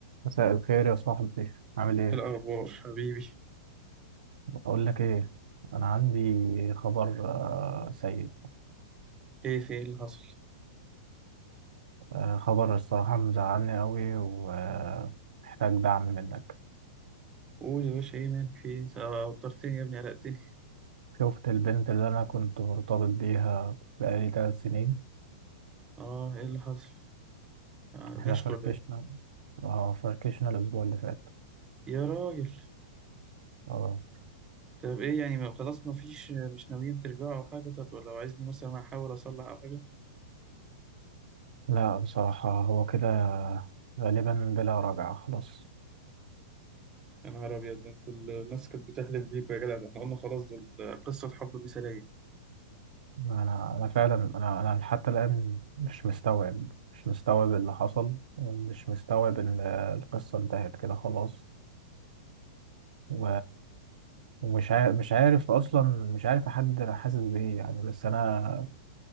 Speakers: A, on the right (about 80°); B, on the right (about 20°).
A: مساء الخير يا صاحبي عامل ايه
B: ايه الأخبار حبيبي؟
A: بقول لك ايه انا عندي خبر آه، سيء
B: ايه في ايه اللي حصل؟
A: آه، خبر الصراحة مزعلني قوي ومحتاج دعم منك
B: قول يا باشا ايه مالك في ايه؟ آه، وترتني يا ابني قلقتني
A: شفت البنت اللي انا كنت مرتبط بيها بقالي ثلاث سنين
B: اه ايه اللي حصل؟ آه،
A: احنا
B: غشت
A: فركشنا
B: ولا ايه؟
A: اه فركشنا الاسبوع اللي فات
B: يا راجل
A: اه
B: طب ايه يعني ما خلاص ما فيش مش ناويين ترجعوا أو حاجة طب لو عايزني مثلا أحاول أصلح أو حاجة؟
A: لا بصراحة هو كده غالبا بلا رجعة خلاص
B: يا نهار أبيض ده انتوا الناس كانت بتحلف بيكوا يا جدع ده احنا قلنا خلاص دول قصة حب مثالية
A: انا انا فعلا انا انا حتى الان مش مستوعب مش مستوعب اللي حصل ومش مستوعب ان القصه انتهت كده خلاص و... ومش عارف مش عارف اصلا مش عارف احدد انا حاسس بايه يعني بس انا